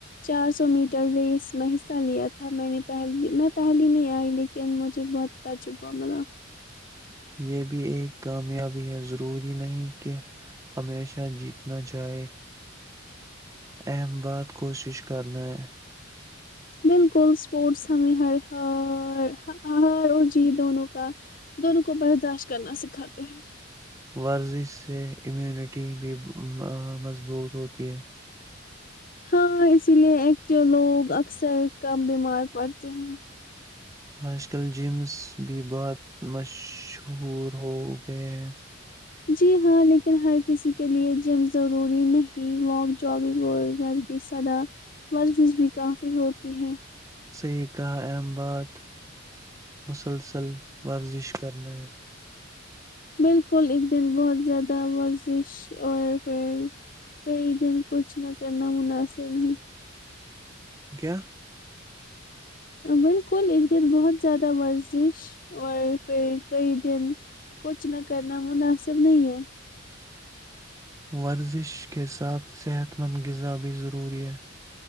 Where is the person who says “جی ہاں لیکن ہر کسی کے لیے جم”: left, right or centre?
Left